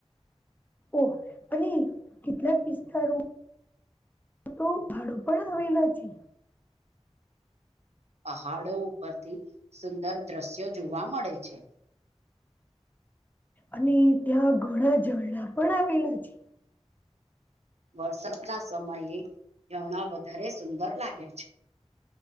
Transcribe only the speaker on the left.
ઓહ અને કેટલા પિસ્તારો આ તો ભાડું પણ હવેલા છે
અને ત્યાં ઘણા ઝરણા પણ આવેલા છે